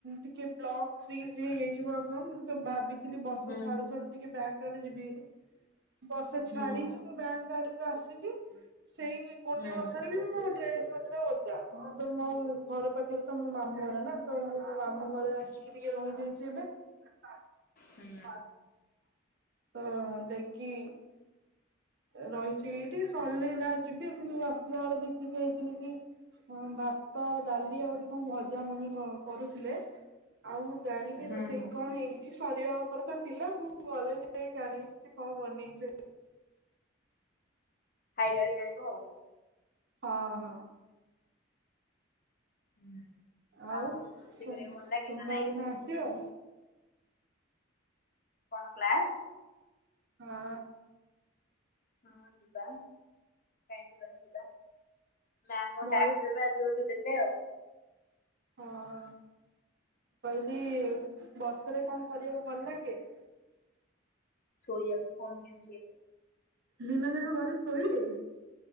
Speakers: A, on the right; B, on the left.
A: ଟିକେ ବ୍ଲକ ଫ୍ରିଜ ହେଇଯାଇଛି ମୋ ଆକାଉଣ୍ଟ ମୁଁ ତ ଭାବିି ଥିଲି ବର୍ଷା
B: ହୁଁ
A: ଛାଡୁ ଛାଡୁ ଟିକେ ବ୍ୟାଙ୍କ୍ ଆଡେ ଯିବି ହେରି ବର୍ଷା ଛାଡିଛି
B: ହୁଁ
A: ମୁ ବ୍ୟାଙ୍କ୍ ଆଡକୁ ଆସିଛି ସେଇ ଗୁଣ୍ଡି
B: ହୁଁ
A: ବର୍ଷାରେ ବି ମୁଁ ଡ୍ରେସ୍ ପତ୍ର ଓଦା ତ ମ ଘର ପାଖରେ ତ ମୋ ମାମୁଁ ଘର ନା ତ ମୁଁ ମୋ ମାମୁଁଘରେ
B: ଆଚ୍ଛା
A: ଆସିକି
B: ଆଚ୍ଛା
A: ଟିକେ ରହିଯାଇଛି ଏବେ <unintelligible>
B: ହୁଁ
A: ତ-ଅ-ଅ ଯାଇକି ରହିଛି ଏଇଠି ସରିଲେ ଯା ଯିବି କିନ୍ତୁ ଆସିଲା ବେଳେ ଦେଖିକି ଆଇଥିଲି କି ହଁ ଭାତ, ଡାଲି ଆଉ ଗୋଟେ କଣ ଭଜା ମମି କରୁଥିଲେ ଆଉ ଜାଣିନି
B: ହୁଁ
A: ରୋଷେଇ
B: ହୁଁ
A: କଣ ହେଇ ଆ ସରିବା ଉପରେ ତ ଥିଲା ମୁଁ ଗଲେ ଯାଇ ଜାଣିବି ସେ କଣ ବନେଇଛ
B: ଖାଇଲାଣି ଆଗ।
A: ହଁ ହଁ।
B: ହୁଁ।
A: ଆଉ
B: ତମକୁ ରୋଷେଇ
A: ସୋମ୍
B: କରିବାକୁ ଭଲ ଲାଗେ
A: ସୋମବାର
B: ନା ନାଇଁ
A: ଦିନ ଆସିବ?
B: କଣ କ୍ଳାସ୍?
A: ହଁ।
B: ହଁ ଯିବା କାଇ ଯିବାନି ଯିବା। ମ୍ୟାମ୍ କଣ
A: ଭଏସ୍
B: ଟ୍ୟାକ୍ସ ଦେବେ ଆଜି ବୋଧେ ଦେବେ ଆଉ।
A: ହଁ-ଅ-ଅ-ଅ ପହିଲି-ଇ-ଇ-ଇ ବର୍ଷ ତତେ କଣ କରିବାକୁ ଭଲ ଲାଗେ?
B: ସୋଇଆକୁ କଣ ଦି ଯେ
A: ଦୀନ ଯାକ ଘରେ ଶୋଇବେ